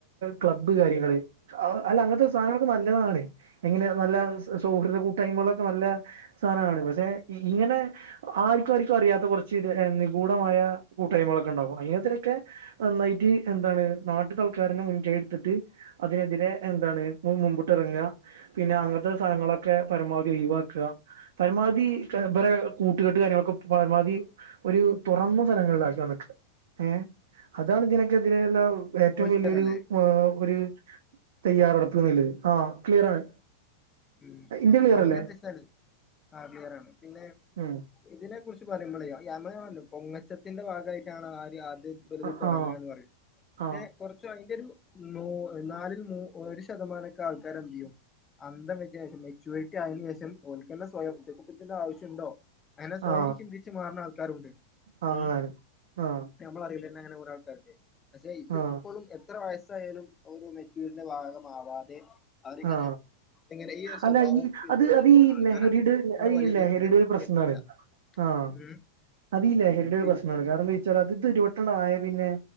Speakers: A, on the right (about 60°); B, on the left (about 20°).
A: ക്ലബ്ബ് കാര്യങ്ങള് അല്ല അങ്ങനത്തെ സാധനങ്ങളൊക്കെ നല്ലതാണ് എങ്ങനെ നല്ല സൗഹൃദ കൂട്ടായ്മകളൊക്കെ നല്ല സാധനമാണ് പക്ഷെ ഇങ്ങനെ ആരിക്കും ആരിക്കും അറിയാത്ത കുറച്ച് ഇത് <unintelligible> ഗൂഢമായ കൂട്ടായ്മകളൊക്കെ ഉണ്ടാവും അ <unintelligible> തൊക്കെ നന്നായിട്ട് എന്താണ് നാട്ടില്താള്ക്കാരന മുൻ കൈ <unintelligible> അതിനെതിരെ എന്താണ് മുമ്പിട്ട് ഇറങ്ങ പിന്നെ അങ്ങനത്തെ സ്ഥലങ്ങളൊക്കെ പരമാ <unintelligible> ഒഴിവാക്കുക പരമാവധി ഇവരെ കൂട്ടുകെട്ട് കാര്യങ്ങളൊക്കെ പരമാവധി ഒരു തുറന്ന സ്ഥലങ്ങളി <unintelligible> ഏ അതാണ് ഇതിനക്കെതിരെയുള്ള ഏറ്റവും
B: മോശിക്കാരല്ലേ
A: വലിയരു ഒരു തയ്യാറെടുപ്പുള്ളത് ആ ക്ലിയർ ആണ്
B: ഉം
A: ഇന്റെ ക്ലിയർ
B: പിന്നെന്താ
A: അല്ലേ
B: വെച്ചാല് ആ ക്ലിയറാണ് പിന്നെ
A: ഉം
B: ഇതിനെക്കുറി പറയുമ്പോളെയാ <unintelligible> പൊങ്ങച്ചത്തിന്റെ ഭാഗയിട്ടാണ് ആര് എ വെറുതെ
A: ആ
B: തൊടങ്ങ
A: ആ
B: ന്ന് പറയും.
A: ആ
B: ക്ഷെ കൊർച്ചു അയിന്റെ രു മൂ നാലിൽ മൂ ഒരു ശതമാനൊക്കെ ആൾക്കാരെ എന്ത് ചെയ്യും അന്ത മെചുരിറ്റി ആയതിന് ശേഷം ഓല്ക്കന്നെ സ്വയം <unintelligible> ക്കത്തിന്റെ ആവശ്യമുണ്ടോ അങ്ങനെ സ്വയം
A: ആ
B: ചിന്തിച്ചു മാറുന്ന ആൾക്കാരുണ്ട്
A: ആ
B: ഉം
A: ആണ് ആ
B: നമ്മളറിവല്ലനെ <unintelligible> പക്ഷെ ഇതപ്പോഴും
A: ആ
B: എത്ര വയസ് ത്തായാലും ഓരോ മെച്ചൂരിന്റെ ഭാഗമാവാതെ അവരിങ്ങനെ
A: ആ
B: ഇങ്ങനെ ഈ ഒരു സ്വഭാവം
A: അല്ല ഈ
B: പിന്തുടർന്ന്
A: അത് അത്
B: പോകുന്ന
A: ഈ
B: ആൾക്കാരാണ്
A: ലഹരിയുടെ
B: ഇങ്ങനെ വലിയ
A: ഈ ലഹരിയുടെ
B: ദുരന്തങ്ങൾക്ക്
A: ഒരു പ്രശ്നാണ്
B: എത്തിപ്പെടുക.
A: ആഹ്
B: ഉം
A: അത് ഈ ലഹരിയുടെ
B: ഉം
A: ഒരു
B: പിന്നെ
A: പ്രശ്നമാണ് കാരണം എന്താ വച്ചാൽ അത് <unintelligible> ആയ പിന്നെ